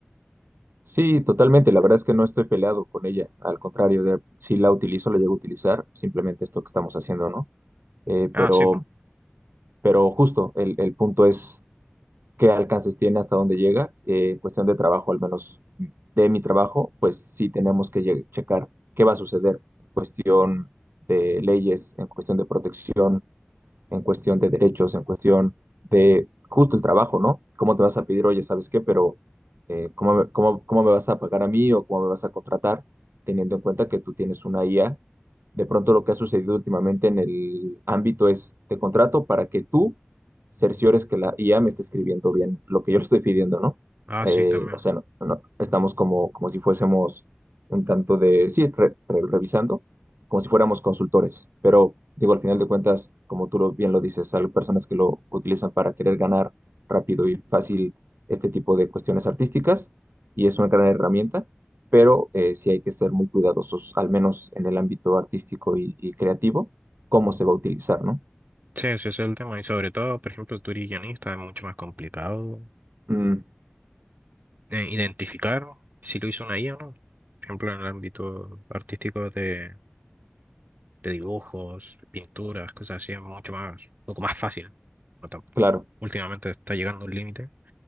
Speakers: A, on the right (about 65°); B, on the right (about 45°).
A: Sí, totalmente. La verdad es que no estoy peleado con ella. Al contrario, de, si la utilizo, la llego a utilizar. Simplemente esto que estamos haciendo, ¿no? Eh,
B: Ah,
A: pero,
B: sí, pues.
A: pero justo, el, el punto es qué alcances tiene, hasta dónde llega. Eh, en cuestión de trabajo, al menos de mi trabajo, pues sí tenemos que lle- checar qué va a suceder en cuestión de leyes, en cuestión de protección en cuestión de derechos, en cuestión de justo el trabajo, ¿no? ¿Cómo te vas a pedir, oye, ¿sabes qué? Pero eh, ¿cómo, me- cómo, cómo me vas a pagar a mí o cómo me vas a contratar, teniendo en cuenta que tú tienes una IA? De pronto lo que ha sucedido últimamente en el ámbito es, te contrato para que tú cerciores que la IA me esté escribiendo bien lo que yo le estoy pidiendo, ¿no?
B: Ah,
A: Eh,
B: sí, también.
A: o sea, no, no, estamos como, como si fuésemos un tanto de, sí, re- re- revisando como si fuéramos consultores, pero digo, al final de cuentas, como tú lo, bien lo dices, hay personas que lo utilizan para querer ganar rápido y fácil este tipo de cuestiones artísticas y es una gran herramienta, pero eh, sí hay que ser muy cuidadosos, al menos en el ámbito artístico y, y creativo, cómo se va a utilizar, ¿no?
B: Sí, ese es el tema. Y sobre todo, por ejemplo, tú eres guionista, es mucho más complicado
A: Mm,
B: eh, identificar si lo hizo una IA o no. Por ejemplo, en el ámbito artístico de, de dibujos, pinturas, cosas así, es mucho más, un poco más fácil. No tan-
A: claro,
B: Últimamente está llegando un límite